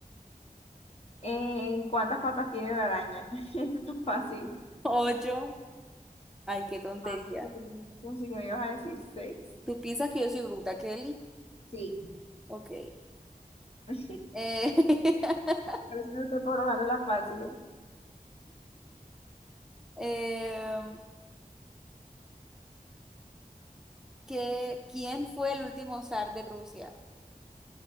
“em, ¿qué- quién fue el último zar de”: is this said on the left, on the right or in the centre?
Centre